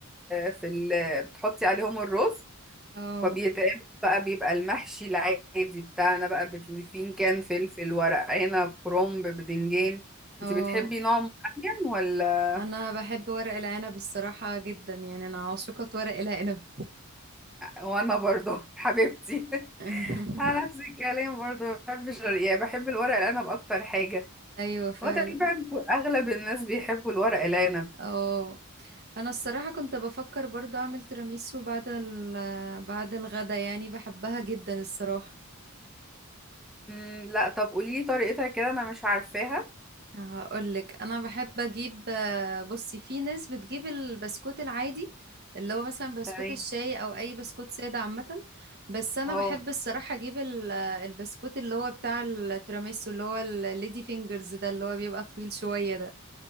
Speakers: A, in the centre; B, on the right (about 45°).
A: في ال... بتحطي عليهم الرز
B: اه
A: فبيتعمل بقى بيبقى المحشي العادي بتاعنا بقى بتلفين كان فلفل ورق عنب كرنب بدنجان
B: اه
A: انت بتحبي نوع معين ولا
B: انا بحب ورق العنب الصراحة جدا يعني انا عاشقة ورق العنب
A: وانا برضه حبيبتي
B: <laughs>
A: انا نفس الكلام برضو بحب الشر... يعني بحب الورق العنب اكتر حاجه
B: ايوه فعلا
A: هو تقريبا اغلب الناس بيحبوا الورق العنب
B: اه انا الصراحة كنت بفكر برضو اعمل تيراميسو بعد ال بعد الغدا يعني بحبها جدا الصراحة
A: امم لا طب قولي لي طريقتها كده انا مش عارفاها
B: هقول لك انا بحب اجيب آه، بصي في ناس بتجيب البسكوت العادي اللي هو مثلا بسكوت
A: تمام
B: الشاي او اي بسكوت ساده عامه بس انا
A: اه
B: بحب الصراحه اجيب ال- آه، البسكوت اللي هو بتاع التيراميسو اللي هو الليدي فينجرز ده اللي هو بيبقى طويل شويه ده